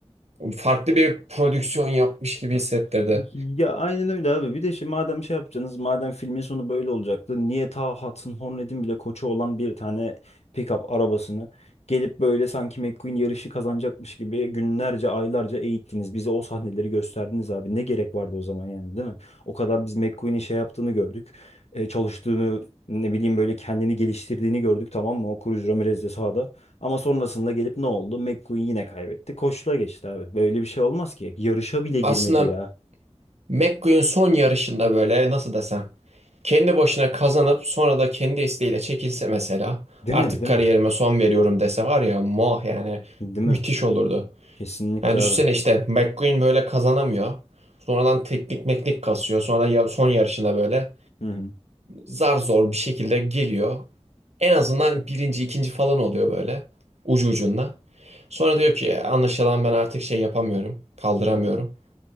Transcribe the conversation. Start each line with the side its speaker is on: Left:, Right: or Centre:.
Right: farklı bir prodüksiyon yapmış gibi hissettirdi.
Left: Ya aynen öyle abi. Bir de şimdi madem şey yapacaksınız, madem filmin sonu böyle olacaktı. Niye ta Hudson Hornet'in bile koçu olan bir tane pickup arabasını gelip böyle sanki McQueen yarışı kazanacakmış gibi günlerce, aylarca eğittiniz. Bize o sahneleri gösterdiniz abi. Ne gerek vardı o zaman yani değil mi? O kadar biz McQueen'in şey yaptığını gördük. e, çalıştığını, ne bileyim böyle kendini geliştirdiğini gördük tamam mı? O Cruz Ramirez de sahada. Ama sonrasında gelip ne oldu? McQueen yine kaybetti. Koçluğa geçti abi. Böyle bir şey olmaz ki. Yarışa bile girmedi
Right: Aslında
Left: ya.
Right: McQueen son yarışında böyle nasıl desem kendi başına kazanıp sonra da kendi isteğiyle çekilse mesela
Left: Değil
Right: artık
Left: mi? Değil
Right: kariyerime
Left: mi?
Right: son veriyorum dese var ya mah yani
Left: Değil
Right: müthiş
Left: mi?
Right: olurdu.
Left: Kesinlikle
Right: Yani düşünsene
Left: abi.
Right: işte McQueen böyle kazanamıyor. Sonradan teknik meknik kasıyor. Sonra ya- son yarışında böyle
Left: Hı hı.
Right: zar zor bir şekilde geliyor. En azından birinci, ikinci falan oluyor böyle ucu ucunda. Sonra diyor ki anlaşılan ben artık şey yapamıyorum, kaldıramıyorum.